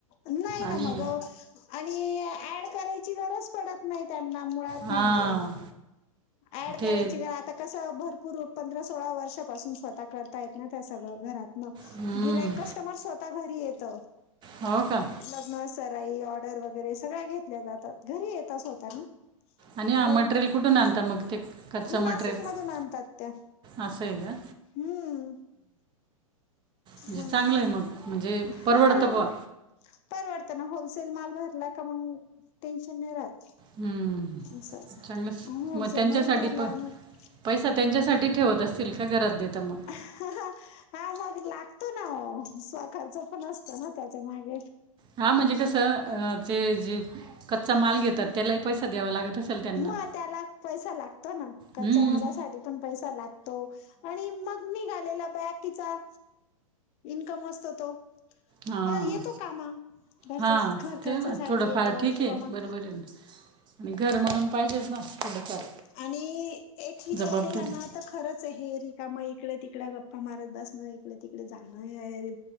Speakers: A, on the left; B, on the right.
A: नाही ना
B: आणि
A: मग आणि ऍड करायची गरज पडत नाही त्यांना मुळात
B: हां
A: म्हणजे, ऍड
B: ते
A: करायची खर आता कसं भरपूर पंधरा सोळा वर्षापासून स्वतः करतायेत ना त्या सगळं घरात मग
B: हं.
A: गिरायक कस्टमर स्वता घरी येत.
B: हो का?
A: लग्न, सराई ऑर्डर वगैरे सगळ्या घेतल्या जातात घरी येताच होता ना.
B: आणि हा
A: ऑर्डर,
B: मटेरियल कुठून आणता मग ते कच्चं
A: आणि नाशिक
B: मटेरियल
A: मधून आणतात त्या.
B: असं हाय का?
A: हम्म
B: म्हणजे
A: मग
B: चांगलं आहे मग. म्हणजे
A: <unintelligible>
B: परवडतं बुवा
A: परवडतं ना! होलसेल माल भरला का मग टेन्शन नाही राहत.
B: हम्म,
A: असं
B: चांगलंच
A: होलसेल
B: मग त्यांच्यासाठी
A: मधून भरल्या
B: पण
A: मग
B: पैसा त्यांच्यासाठी ठेवत असतील का घरात देता मग?
A: हा हा, हा मग लागतो ना ओ स्वखर्च पण असतो ना. त्याच्या माग.
B: हा म्हणजे कसं जे, जे कच्चा माल घेतात त्यालाही पैसा द्यावा लागत असल त्यांना.
A: मग त्याला पैसा लागतो ना, कच्च्या
B: हम्म.
A: मालासाठी पण पैसा लागतो आणि मग निघालेला बाकीचा इन्कम असतो तो.
B: हां
A: होय येतो कामा घरच-
B: हां
A: घर
B: ते
A: खर्चासाठी
B: ना, थोडंफार
A: येतो
B: ठीक
A: किंवा
B: आहे
A: मग
B: बरोबर आहे ना आणि घर म्हणून पाहिजेच ना थोडंफार
A: आणि एक विचार
B: जबाबदारी
A: केला ना. तर खरंच आहे हे, रिकाम इकडं तिकडं गप्पा मारत बसणं, इकडे तिकडे जाणं हे